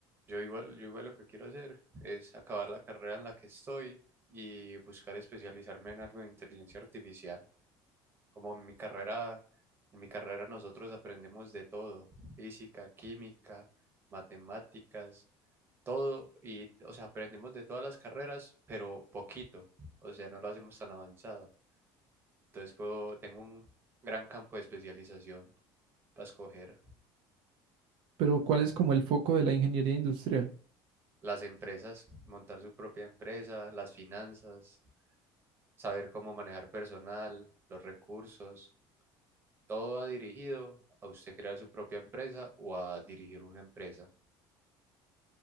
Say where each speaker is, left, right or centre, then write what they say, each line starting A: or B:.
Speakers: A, on the right (about 25°); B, on the right (about 65°).
A: Yo igual, yo igual lo que quiero hacer es acabar la carrera en la que estoy y buscar especializarme en algo de inteligencia artificial. Como en mi carrera, en mi carrera nosotros aprendemos de todo, física, química, matemáticas, todo y, o sea, aprendemos de todas las carreras, pero poquito, o sea, no lo hacemos tan avanzado. Entonces puedo, tengo un gran campo de especialización para escoger
B: Pero ¿cuál es como el foco de la ingeniería industrial?
A: las empresas, montar su propia empresa, las finanzas, saber cómo manejar personal, los recursos, todo va dirigido a usted crear su propia empresa o a dirigir una empresa